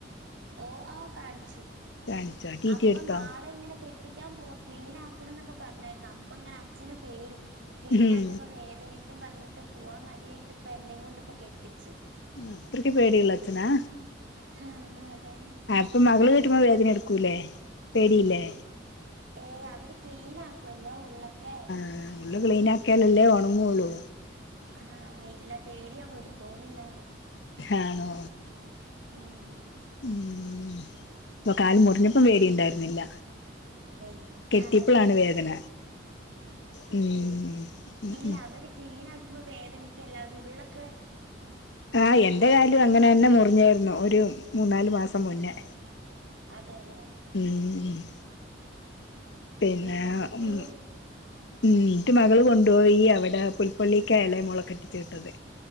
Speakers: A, on the right (about 70°); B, on the left (about 60°).
A: ഓഹ് ആഹ് കാണിച്ചു
B: കാണിച്ചോ ടി
A: അപ്പൊ
B: ടി എടുത്തോ
A: നാളെയിങ്ങനെ കെ ട്ടിക്കാൻ പോവാ ക്ലീനാക്കണന്നൊക്കെ പറഞ്ഞായിരുന്നു അപ്പങ്ങനെ അച്ഛന്പേടി ക്ലീനാക്കുമ്പോ
B: ഉം
A: വേദനിക്കും പറഞ്ഞിട്ട് പോവാൻ മടിയായിട്ടിപ്പൊ എന്നെ കൊണ്ടിപ്പം കെട്ടിച്ച്
B: അത്രക്ക് പേടിയുള്ളച്ഛനാ
A: ഹാഹ് അതേന്നെ
B: അപ്പൊ മകളു കെട്ടുമ്പോ വേദനയെടുക്കൂലേ പേടിയില്ലേ
A: ഏയ് അവര് ക്ലീനാക്കുവല്ലോ ഉള്ളൊക്കെ
B: ആഹ് ഉള്ളു ക്ലീനാക്കിയാലല്ലേ ഒണങ്ങുള്ളൂ
A: ആഹ് ഇല്ല പേടിയാ പോലും പോകുന്നില്ലാന്ന്
B: ആണോ
A: ആഹ്
B: ഉം ഇപ്പൊ കാലു മുറിഞ്ഞപ്പം പേടിയുണ്ടായിരുന്നില്ല.
A: ഏഹ്
B: കെട്ടിയപ്പോഴാണ്
A: കാലു മുറിഞ്ഞു
B: വേദന
A: ആഹ് കെട്ടിയിപ്പം
B: ഉം ഉം
A: ഇല്ല
B: ഉം
A: അവര് ക്ലീനാക്കുമ്പോൾ വേദനിക്കയില്ല അവര് ഉള്ളൊക്കെ
B: ആഹ്
A: ക്ലീൻ
B: എന്റെ
A: ആക്കുവല്ലോ
B: കാലും അങ്ങനെ തന്നെ മുറിഞ്ഞാരുന്നു ഒരു മൂന്നാലുമാസം മുന്നേ
A: അതേല്ലേ
B: ഉം ഉം പിന്നെ
A: ഉം അപ്പൊ
B: ഉം
A: പേടി
B: ഉം ന്നിട്ട് മകളു കൊണ്ടോയി ഈ അവിടെ പുൽപ്പള്ളിക്കാ എളയ മോളെ കെട്ടിച്ചുവിട്ടത്